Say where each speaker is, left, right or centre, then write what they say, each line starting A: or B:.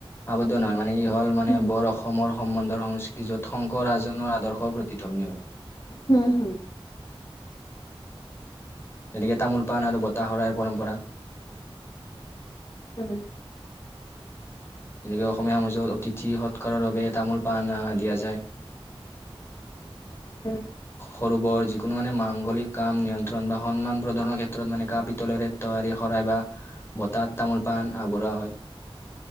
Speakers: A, on the left; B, on the left.
A: আৱদ্ধ নহয় মানে ই - হল মানে
B: উম,
A: বৰ অসমৰ সম্বন্ধৰ সংস্কৃতি য'ত শংকৰ ৰাজজনৰ আদৰ্শ প্ৰতিধ্বনী হয়।
B: হম হম-
A: যেনেকে তামোল পাণ আৰু বতাশৰাই পৰম্পৰা-
B: উম-
A: এনেকে অসমীয়া সমাজত অতিথি সৎকাৰৰ বাবে তামোল পান দিয়া যায়।
B: উম-
A: সৰু বৰ যিকোনো মানে মাংগলিক কাম নিয়ন্ত্ৰণ বা সন্মান প্ৰদানৰ ক্ষেত্ৰত মানে কাহ পিতলেৰে তৈয়াৰী শৰাই - বা বটা'ত তামোল পান আগৰুৱা হয় -